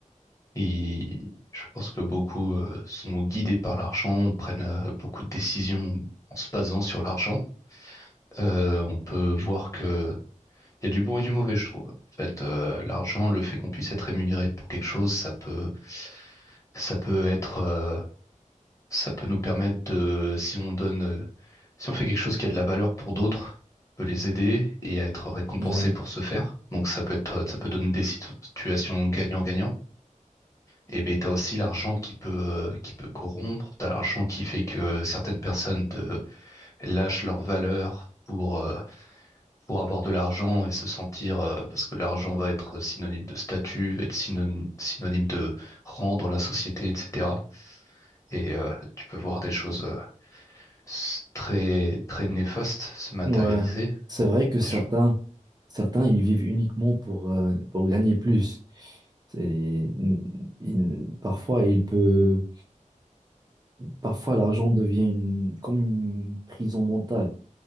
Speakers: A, on the left; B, on the right.
A: et je pense que beaucoup euh, sont guidés par l'argent, prennent euh, beaucoup de décisions en se basant sur l'argent. Euh, on peut voir que il y a du bon et du mauvais, je trouve. En fait, euh, l'argent, le fait qu'on puisse être rémunéré pour quelque chose, ça peut, ça peut être, euh, ça peut nous permettre de, si on donne euh, Si on fait quelque chose qui a de la valeur pour d'autres, on peut les aider et être récompensé
B: Ouais,
A: pour ce faire. Donc ça peut être, ça peut donner des situations gagnant-gagnant. Et ben t'as aussi l'argent qui peut, euh, qui peut corrompre. T'as l'argent qui fait que certaines personnes te lâchent leur valeur pour, euh, pour avoir de l'argent et se sentir, euh, parce que l'argent va être synonyme de statut, être synonyme, synonyme de rang dans la société, etc. Et euh, tu peux voir des choses euh, s- très, très néfastes se matérialiser.
B: ouais. C'est vrai que certains,
A: Des gens
B: certains, ils vivent uniquement pour, euh, pour gagner plus. C'est, il- parfois, il peut, parfois, l'argent devient une- comme une prison mentale.